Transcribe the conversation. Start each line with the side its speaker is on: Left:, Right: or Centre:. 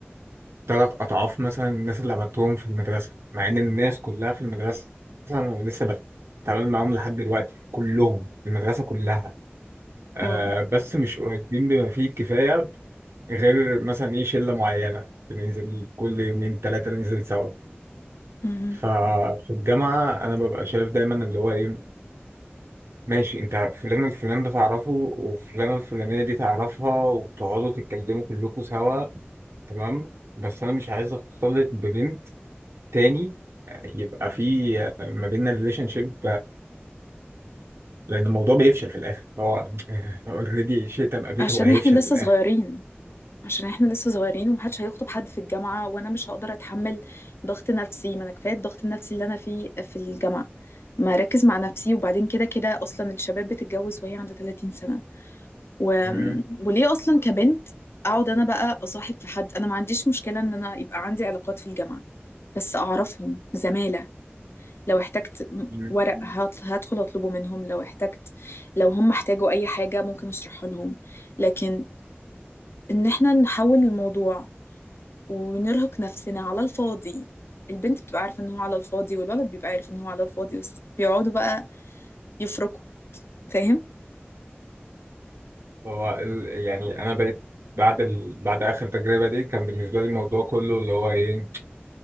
Right: تلات أضعاف مثلا الناس اللي عملتهم في المدرسة مع إن الناس كلها في المدرسة أنا لسه بتعامل معاهم لحد دلوقتي كلهم المدرسة كلها آه
Left: اه
Right: بس مش قريبين بما فيه الكفاية غير مثلا إيه شلة معينة بننزل كل يومين تلاتة ننزل سوا
Left: مهم.
Right: ففي الجامعة أنا ببقى شايف دايما اللي هو إيه ماشي أنت فلان الفلان ده تعرفه وفلانة الفلانية دي تعرفها وبتقعدوا تتكلموا كلكم سوا تمام بس أنا مش عايز أختلط ببنت تاني آه، يبقى في آه، ما بيننا ريليشن شيب لان الموضوع بيفشل في الاخر هو اوريدي شئت ام ابيت
Left: عشان
Right: هو هيفشل
Left: احنا لسه
Right: في الاخر
Left: صغيرين عشان احنا لسه صغيرين ومحدش هيخطب حد في الجامعه وانا مش هقدر اتحمل ضغط نفسي ما انا كفايه الضغط النفسي اللي انا فيه في الجامعه ما اركز مع نفسي وبعدين كده كده اصلا الشباب بتتجوز وهي عندها 30 سنه و...
Right: مم.
Left: وليه اصلا كبنت اقعد انا بقى اصاحب في حد انا ما عنديش مشكله ان انا يبقى عندي علاقات في الجامعه بس اعرفهم زماله لو احتجت م-
Right: مم.
Left: ورق هط- هدخل اطلبه منهم لو احتجت لو هم احتاجوا اي حاجه ممكن اشرحها لهم لكن ان احنا نحول الموضوع ونرهق نفسنا على الفاضي البنت بتبقى عارفه ان هو على الفاضي والولد بيبقى عارف ان هو على الفاضي بس بيقعدوا بقى يفركوا فاهم
Right: هو ال- يعني انا بقيت بعد ال... بعد اخر تجربه دي كان بالنسبه لي الموضوع كله اللي هو ايه